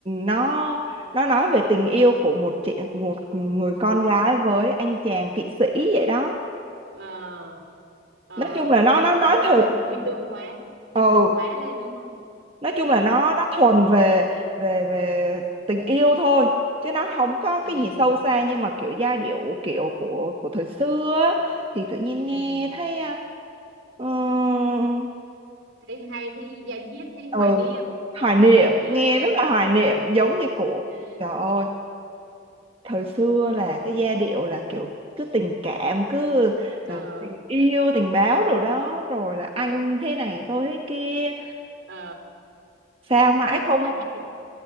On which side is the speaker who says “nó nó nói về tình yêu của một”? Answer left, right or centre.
Right